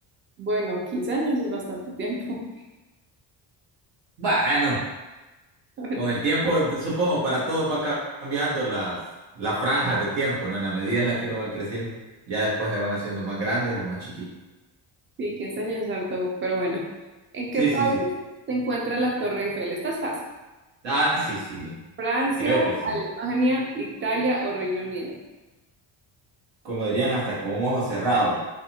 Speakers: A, on the right; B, on the right.
A: Bueno, 15 años es bastante tiempo,
B: Bueno,
A: <laughs> la verdad.
B: con el tiempo, de- supongo, para todos va ca- cambiando las, las franjas de tiempo, ¿no? En la medida en la que uno va creciendo, ya después se van haciendo más grandes o más chiquitas.
A: Sí, 15 años es harto, pero bueno. ¿En qué
B: Sí,
A: país
B: sí, sí.
A: se encuentra la Torre Eiffel? Esta es fácil.
B: Ah, sí, sí,
A: Francia,
B: creo que sí.
A: Alemania, Italia o Reino Unido.
B: como dirían, hasta con un ojo cerrado